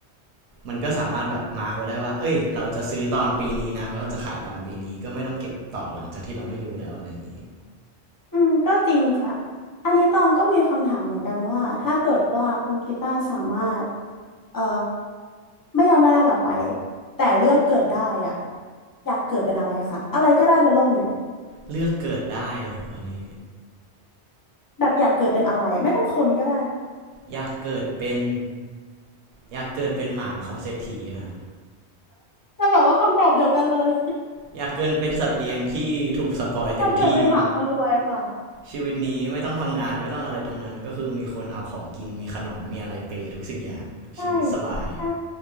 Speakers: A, on the right; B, on the left.
A: มันก็สามารถแบบมาร์กไว้ได้ว่าเอ้ยเราจะซื้อตอนปีนี้นะเราจะขายตอนปีนี้ก็ไม่ต้องเก็บต่อหลังจากที่เราไม่รู้แล้วอะไรอย่างนี้
B: อืมก็จริงค่ะอันนี้ตองก็มีคำถามเหมือนกันว่าถ้าเกิดว่าคุณกีตาร์สามารถเอ่อไม่ยอมแม่ร่างกลับไปแต่เลือกเกิดได้อ่ะอยากเกิดเป็นอะไรคะอะไรก็ได้บนโลกเนี่ย
A: เลือกเกิดได้โอ้โหอันนี้
B: แบบอยากเกิดเป็นอะไรไม่ต้องคนก็ได้
A: อยากเกิดเป็นอยากเกิดเป็นหมาของเศรษฐีอฮะ
B: จะบอกว่าคำตอบเดียวกันเลย
A: อยากเกินเป็นสัตว์เลี้ยงที่ถูกสปอยเต็มที่
B: <laughs> อยากเกิดเป็นหมาคนรวยค่ะ
A: ชีวิตนี้ไม่ต้องทำงานไม่ต้องอะไรทั้งนั้นก็คือมีคนเอาของกินมีขนมมีอะไรเปยทุกสิ่งอย่างชีวิตสบาย
B: ใช่ใช่